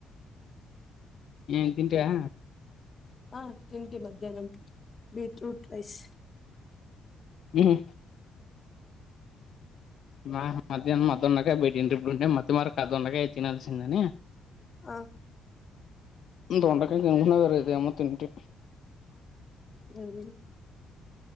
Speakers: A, on the left; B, on the left.
A: ఎమ్ తింటివ్య
B: ఆ తింటి మధ్యాహ్నం బీట్రూట్ రైస్
A: ముత్ నాన్ మధ్యాహ్నం మత్తున్నాక బయటికి ఏంటిమి అంటే మత్తిమరక్ ఆ దొండకాయ ఇచ్చేయాల్సిందని.
B: ఆ
A: దొండకాయని తింటుంటే వేరే ఏమో తింటి.
B: దొన్వీన్